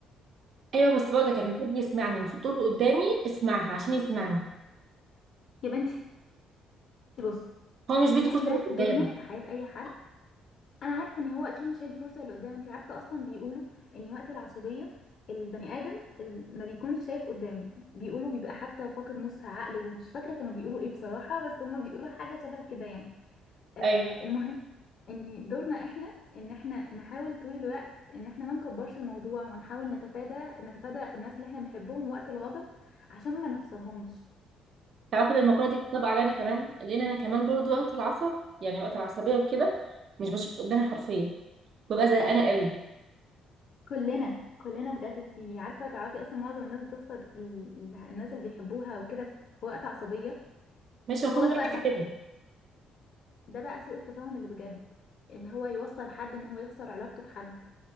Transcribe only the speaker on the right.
ايوه بس برضه كان المفروض يسمعني المفروض تقول له قدامي اسمعها عشان يسمعني
هو مش بيدي
فرصه لقدام
ايوه
تعرفي ده المقوله دي بتطبق عليا انا كمان لان انا كمان برضه وقت العصب يعني وقت العصبيه وكده مش بشوف قدامي حرفيا ببقى زهقانه قوي
ماشي المفروض
هو
يعمل
كده